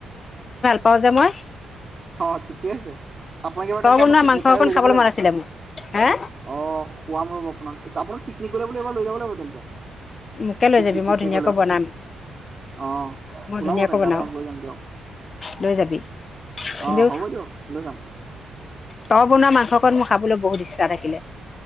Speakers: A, on the left; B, on the right.
A: পওঁ যে মই।
B: অ ঠিকেই আছে? আপোনাক বাৰু
A: তই
B: তেন্তে
A: বনোৱা
B: আমাৰ পিকনিক
A: মাংস
B: খালে
A: অকণ
B: লৈ
A: খাবলৈ
B: যাব লাগিব
A: মন আছিলে মোৰ হে
B: অ খোৱাম ৰব। আপোনাক পিকনিক কৰিবৰ লৈ যাব লাগিব তেন্তে
A: মোকে লৈ
B: পিকনিক
A: যাবি
B: চিকনিকলৈ
A: মই ধুনীয়াকৈ বনাম
B: অঁ
A: মই
B: ওলাব
A: ধুনীয়াকৈ
B: তেন্তে
A: বনাওঁ
B: আপোনাক লৈ যাম দিয়ক
A: লৈ যাবি কিন্তু
B: অঁ হ'ব দিয়ক লৈ যাম
A: তই বনোৱা মাংসকণ মই খাব লৈ বহুত ইচ্ছা থাকিলে